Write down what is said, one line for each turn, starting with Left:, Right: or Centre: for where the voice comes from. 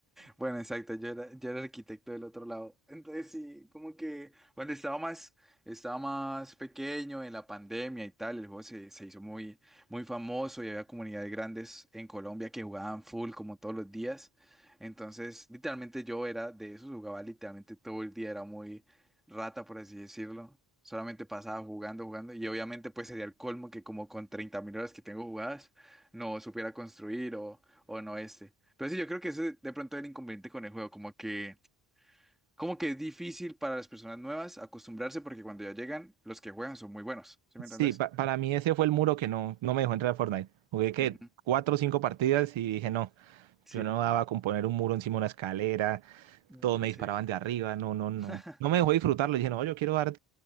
Centre: Bueno, exacto. Yo era, yo era el arquitecto del otro lado. Entonces sí, como que cuando estaba más, estaba más pequeño en la pandemia y tal, el juego se, se hizo muy, muy famoso y había comunidades grandes en Colombia que jugaban full como todos los días. Entonces, literalmente yo era de esos, jugaba literalmente todo el día, era muy rata, por así decirlo. Solamente pasaba jugando, jugando. Y obviamente pues sería el colmo que como con treinta mil horas que tengo jugadas, no supiera construir o, o no este. Pero sí, yo creo que ese de pronto es el inconveniente con el juego, como que, como que es difícil para las personas nuevas acostumbrarse porque cuando ya llegan, los que juegan son muy buenos, ¿sí me
Right: Sí,
Centre: entendés?
Right: pa- para mí ese fue el muro que no, no me dejó entrar a Fortnite. Jugué que
Centre: Ujú,
Right: cuatro o cinco partidas y dije no,
Centre: Sí,
Right: yo no daba con poner un muro encima de una escalera,
Centre: no,
Right: todos me
Centre: sí.
Right: disparaban de arriba, no, no, no.
Centre: <laughs>
Right: No me dejó disfrutarlo. Dije no, yo quiero dar,